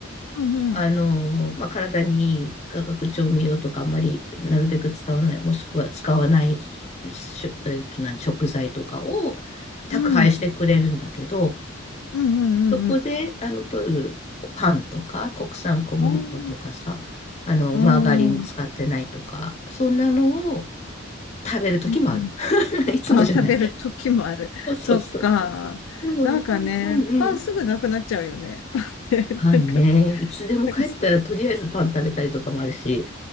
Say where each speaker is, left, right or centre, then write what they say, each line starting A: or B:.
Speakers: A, on the left (about 75°); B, on the left (about 35°).
A: うん。
B: あのーまあ、体にいい化学調味料とかあんまりなるべく使わない、もしくは使わないし、しえっと、何、食材とかを宅配してくれるんだけど、
A: うん。うん。うん。うんうん。
B: そこで、あの、取るパンとか、国産小麦粉とかさ、
A: うん。
B: あの、
A: うんう
B: マーガリン使ってないとか、そんなのを食べる時もある。
A: ん
B: <laughs> いつもじゃない。
A: あ、食べる時もある。<laughs>
B: そうそうそう。
A: そっか。
B: でもよ、
A: なんかね、
B: うんうん。
A: パンすぐなくなっちゃうよね。パンって、
B: パンね、
A: なんか、
B: いつでも帰ったらとりあえずパン食べたりとかもあるし、
A: なんか、